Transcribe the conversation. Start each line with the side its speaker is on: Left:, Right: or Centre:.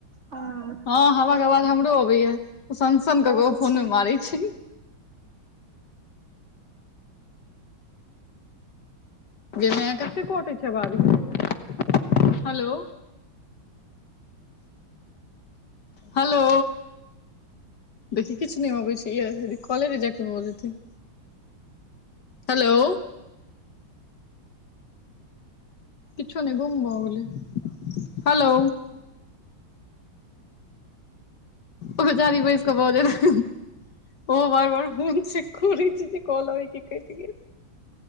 Right: हँ।
Left: हँ हवा के आवाज हमरो अबैया ओ सनसनक
Right: तऽ
Left: के
Right: जे
Left: फोन
Right: छै
Left: मे मारै छै। गे माय कतेक कोटे छै, आवाज गे बार हेलो। हेलो। देखि किछ नहि होबै छै, इहे कॉले रिजेकट भ जेतै। हेलो। किछ नहि बुम भऽ गेल हेलो। ओजारी बैस कऽ बजै ओ बड़ बड़ बुम छैय। खुरिचे छैय, कि कॉल हयकि कट गेल